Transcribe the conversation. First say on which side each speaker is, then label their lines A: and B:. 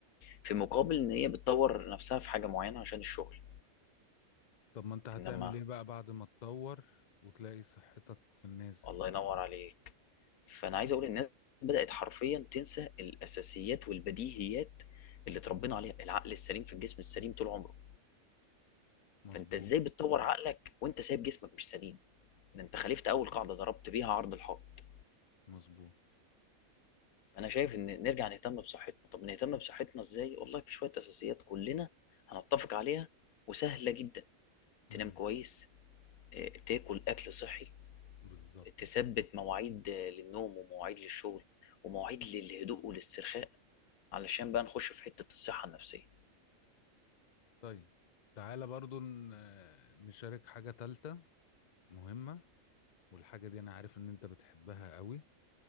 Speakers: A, on the left (about 85°); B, on the left (about 50°).
A: في مقابل ان هي بتطور نفسها في حاجة معينة عشان الشغل
B: طب ما انت هتعمل
A: انما
B: ايه بقى بعد ما تطور وتلاقي صحتك في النازل
A: الله ينور عليك فانا عايز اقول الناس بدات حرفيا تنسى الاساسيات والبديهيات اللي اتربينا عليها العقل السليم في الجسم السليم طول عمره
B: مظبوط
A: فانت ازاي بتطور عقلك وانت سايب جسمك مش سليم ده انت خالفت اول قاعده ضربت بيها عرض الحائط
B: مظبوط
A: فانا شايف ان نرجع نهتم بصحتنا طب نهتم بصحتنا ازاي والله في شويه اساسيات كلنا هنتفق عليها وسهله جدا تنام
B: امم
A: كويس آه، تاكل اكل صحي
B: بالظبط
A: تثبت مواعيد آه، للنوم ومواعيد للشغل ومواعيد للهدوء والاسترخاء علشان بقى نخش في حتة الصحة النفسية
B: طيب تعالى برضو ن- نشارك حاجة تالتة مهمة والحاجة دي أنا عارف إن أنت بتحبها قوي